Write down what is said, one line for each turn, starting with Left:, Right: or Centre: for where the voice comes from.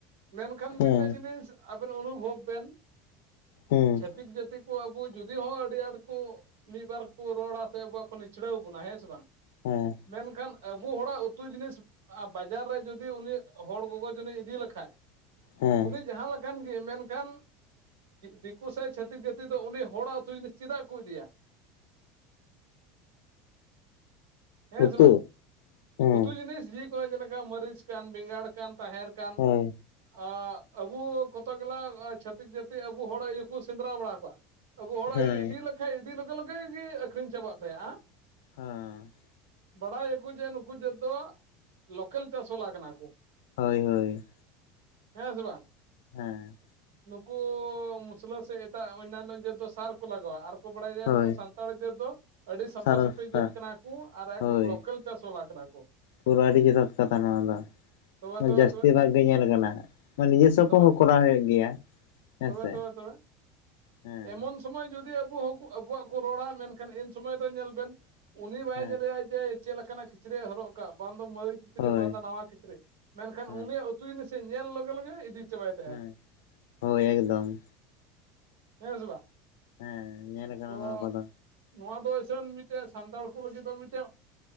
Right: ᱢᱮᱱᱠᱷᱟᱱ
Left: ᱦᱮᱸ
Right: ᱢᱤᱫᱴᱮᱡ ᱡᱤᱱᱤᱥ ᱟᱵᱮᱱ ᱚᱱᱩᱵᱷᱚᱵᱽ ᱵᱮᱱ
Left: ᱦᱮᱸ
Right: ᱛᱤᱠ ᱡᱟᱹᱛᱤ ᱠᱚ ᱟᱵᱚ ᱡᱩᱫᱤ ᱦᱚᱸ ᱟᱹᱰᱤ ᱟᱸᱴ ᱠᱚ ᱢᱤᱫ ᱵᱟᱨ ᱠᱚ ᱨᱚᱲᱟ ᱥᱮ ᱵᱟᱝ ᱠᱳ ᱱᱤᱪᱷᱲᱟᱹᱣ ᱵᱚᱱᱟ᱾ ᱦᱮᱸ ᱥᱮ ᱵᱟᱝ?
Left: ᱦᱮᱸ᱾
Right: ᱢᱮᱱᱠᱷᱟᱱ ᱟᱹᱵ ᱵᱚ ᱦᱚᱲ ᱟᱜ ᱩᱛᱩ ᱡᱤᱱᱤᱥ ᱟᱸ ᱵᱟᱡᱟᱨ ᱨᱮ ᱡᱩᱫᱤ ᱩᱱᱤ ᱦᱚᱲ ᱜᱚᱜᱚ ᱡᱩᱱᱤᱡ ᱤᱫᱤ ᱞᱮᱠᱷᱟᱡ
Left: ᱦᱮᱸ
Right: ᱩᱱᱤ ᱡᱟᱦᱟᱸ ᱞᱮᱠ ᱠᱟᱱ ᱜᱮ ᱢᱮᱱᱠᱷᱟᱱ ᱫᱤᱠᱩ ᱥᱮ ᱪᱷᱟᱹᱛᱤᱠ ᱡᱟᱹᱛᱤ ᱫᱚ ᱩᱱᱤ ᱦᱚᱲ ᱟᱜ ᱩᱛᱩ ᱡᱤᱱᱤᱥ ᱪᱮᱫᱟᱜ ᱠᱚ ᱤᱫᱤᱭᱟ᱾ ᱦᱮᱸ
Left: ᱩᱛᱩ
Right: ᱥᱮ ᱵᱟᱝ?
Left: ᱦᱮᱸ
Right: ᱩᱛᱩ ᱡᱤᱱᱤᱥ ᱡᱤ ᱠᱚᱭ ᱡᱮᱞᱮᱠᱟ ᱢᱟᱹᱨᱤᱪ ᱠᱟᱱ, ᱵᱮᱸᱜᱟᱲ ᱠᱟᱱ ᱛᱟᱦᱮᱸᱨ ᱠᱟᱱ
Left: ᱦᱳᱭ
Right: ᱟᱜ ᱟᱵᱚ ᱠᱚᱛᱚᱜ ᱜᱮᱞᱟ ᱪᱷᱟᱹᱛᱤᱠ ᱡᱟᱹᱛᱤ ᱟᱵᱩ ᱦᱚᱲ ᱟᱭᱩ ᱠᱚ ᱥᱮᱸᱫᱽᱨᱟ ᱵᱟᱲᱟ ᱠᱚᱣᱟ᱾ ᱟᱵᱚ ᱦᱚᱲ
Left: ᱦᱮᱸ
Right: ᱟᱭᱳᱭ ᱤᱫᱤ ᱞᱮᱠᱟᱡ, ᱤᱫᱤ ᱞᱮᱜᱟ ᱞᱮᱜᱟ ᱜᱤ ᱟᱹᱠᱷᱨᱤᱧ ᱪᱟᱵᱟᱜ ᱛᱟᱭᱟᱼᱟᱸ᱾
Left: ᱦᱮᱸ᱾
Right: ᱵᱟᱲᱟᱭᱟᱠᱚ ᱡᱮ ᱱᱩᱠᱩ ᱡᱚᱛᱚ ᱞᱳᱠᱮᱞ ᱪᱟᱥ ᱵᱟᱞᱟ ᱠᱟᱱᱟ ᱠᱚ᱾
Left: ᱦᱚᱭ ᱦᱚᱭ᱾
Right: ᱦᱮᱸ ᱥᱮ ᱵᱟᱝ?
Left: ᱦᱮᱸ᱾
Right: ᱱᱩᱠᱩ ᱢᱩᱥᱞᱟᱹ ᱥᱮ ᱮᱴᱟᱜ ᱚᱭᱱᱱᱟᱱᱱᱚ ᱡᱟᱹᱛ ᱫᱚ ᱥᱟᱨ ᱠᱚ ᱞᱟᱜᱟᱣᱟ ᱟᱨ ᱠᱚ ᱵᱟᱲᱟᱭᱟ
Left: ᱦᱳᱭ
Right: ᱱᱩᱠᱩ ᱥᱟᱱ ᱛᱟᱲ ᱡᱟᱹᱛ ᱫᱚ ᱟᱹᱰᱤ ᱥᱟᱯᱷᱟ-ᱥᱟᱹᱯᱷᱤ
Left: ᱥᱟᱨᱚᱥᱛᱟ
Right: ᱡᱟᱹᱛ ᱠᱟᱱᱟ ᱠᱚ᱾ ᱟᱨ
Left: ᱦᱳᱭ
Right: ᱮᱠᱫᱚᱢ ᱞᱳᱠᱮᱞ ᱪᱟᱥ ᱵᱟᱞᱟ ᱠᱟᱱᱟ ᱠᱚ᱾
Left: ᱯᱩᱨᱟᱹ ᱟᱹᱰᱤ ᱡᱚᱛᱷᱟᱛ ᱠᱟᱛᱷᱟ ᱱᱚᱣᱟ ᱫᱚ᱾
Right: ᱛᱚᱵᱮ ᱛᱚᱵᱮ
Left: ᱡᱟᱹᱥᱛᱤ
Right: ᱛᱚᱵᱮ
Left: ᱵᱷᱟᱜ ᱜᱮ ᱧᱮᱞ ᱟᱠᱟᱱᱟ᱾ ᱱᱤᱡᱮ ᱥᱚᱯ
Right: ᱛᱚᱵᱮ
Left: ᱠᱚ ᱦᱚᱸ ᱠᱚᱨᱟᱣᱟ ᱦᱩᱭᱩᱜ ᱜᱮᱭᱟ᱾ ᱦᱮᱸ
Right: ᱛᱚᱵᱮ
Left: ᱥᱮ
Right: ᱛᱚᱵᱮ ᱛᱚᱵᱮ᱾
Left: ᱦᱮᱸ᱾
Right: ᱮᱢᱚᱱ ᱥᱚᱢᱚᱭ ᱡᱩᱫᱤ ᱟᱵᱚ ᱦᱚᱠ ᱟᱵᱚᱣᱟᱜ ᱠᱚ ᱨᱚᱲᱟ ᱢᱮᱱᱠᱷᱟᱱ ᱤᱱ ᱥᱚᱢᱚᱭ ᱫᱚ ᱧᱮᱞ ᱵᱮᱱ ᱩᱱᱤ ᱵᱟᱭ
Left: ᱦᱮᱸ
Right: ᱧᱮᱞᱮᱭᱟᱭ ᱡᱮ ᱪᱮᱫ ᱞᱮᱠᱟᱱᱟᱜ ᱠᱤᱪᱨᱤᱡ ᱮ ᱦᱚᱨᱚᱜ ᱟᱠᱟᱜᱼᱟ᱾ ᱵᱟᱝ ᱫᱚ ᱢᱟᱹᱭ ᱠᱤᱪᱨᱤᱡ
Left: ᱦᱳᱭ
Right: ᱵᱟᱝ ᱫᱚ ᱱᱟᱣᱟ ᱠᱤᱪᱨᱤᱡ, ᱢᱮᱱᱠᱷᱟᱱ
Left: ᱦᱮᱸ
Right: ᱩᱱᱤᱭᱟᱜ ᱩᱛᱩ ᱡᱤᱱᱤᱥ ᱪᱮᱫ ᱧᱮᱞ ᱞᱚᱜᱟ ᱞᱮᱜᱮ ᱤᱫᱤ ᱪᱟᱵᱟᱭ ᱛᱟᱭᱟᱭ
Left: ᱦᱮᱸ, ᱦᱚᱭ ᱮᱠᱫᱚᱢ᱾
Right: ᱦᱮᱸ ᱥᱮ ᱵᱟᱝ?
Left: ᱦᱮᱸ, ᱧᱮᱞ ᱟᱠᱟᱱᱟ
Right: ᱛᱚ
Left: ᱱᱚᱣᱟ ᱠᱚᱫᱚ᱾
Right: ᱱᱚᱣᱟ ᱫᱚ ᱤᱥᱟᱹᱱ ᱢᱤᱫᱴᱮᱡ ᱥᱟᱱᱛᱟᱲ ᱠᱚ ᱞᱟᱹᱜᱤᱫ ᱫᱚ ᱢᱤᱫᱴᱮᱱ